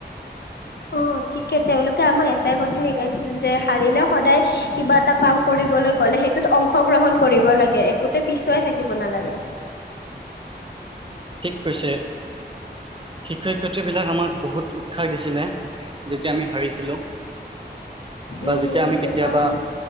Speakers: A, on the left; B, on the right.
A: অ ঠিকে তেওঁলোকে আমাক এটাই কথা শিকাইছিল যে হাৰিলে সদায় কিবা এটা কাম কৰিবলৈ গ'লে সেইটোত অংশগ্ৰহণ কৰিব লাগে একোতে পিছুৱাই থাকিব নেলাগে
B: কৈছে শিক্ষক শিক্ষয়িত্ৰীবিলাক আমাক বহুত উৎসাহ দিছিলে যেতিয়া আমি হাৰিছিলোঁ বা
A: উম
B: যেতিয়া আমি
A: সেইকাৰণে
B: কেতিয়াবা